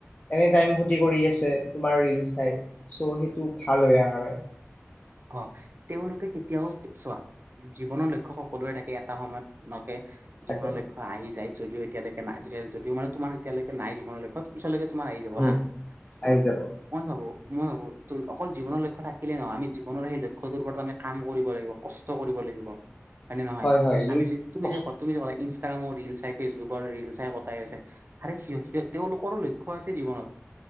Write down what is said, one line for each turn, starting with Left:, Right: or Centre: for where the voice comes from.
Left: এনি টাইম ফূৰ্তি কৰি আছে তোমাৰ ৰিল চাই চ' সেইটো ভাল হয় অ কাৰ হয়
Right: অ তেওঁলোকে কেতিয়াও চোৱা জীৱনৰ লক্ষ্য সকলোৰে থাকে এটা সময়ত একে
Left: তাকে
Right: জীৱনৰ লক্ষ্য আহি যায় যদিও এতিয়ালৈকে নাই যদিও মানে তোমাৰ এতিয়ালৈকে নাই জীৱনৰ লক্ষ্য পিছলৈকে তোমাৰ আহি যাব
Left: উম
Right: হা ত'
Left: আহি যাব
Right: মই ভাবো মই ভাবো ত অকল জীৱনৰ লক্ষ্য থাকিলে নহয় আমি জীৱনৰ সেই লক্ষ্যটোৰ ওপৰত আমি কাম কৰিব লাগিব কষ্ট কৰিব লাগিব হয় নে নহয়
Left: হয় হয় এইটো
Right: আমি যে তুমি
Left: কষ্ট
Right: যে তুমি যে ক ইনষ্টাগ্ৰামৰ ৰিলচ চাই ফেচবুকৰ ৰিলচ কটাই
Left: উম
Right: আছে আৰে সি
Left: উম
Right: সে তেওঁলোকৰ ল লক্ষ্য আছে জীৱনত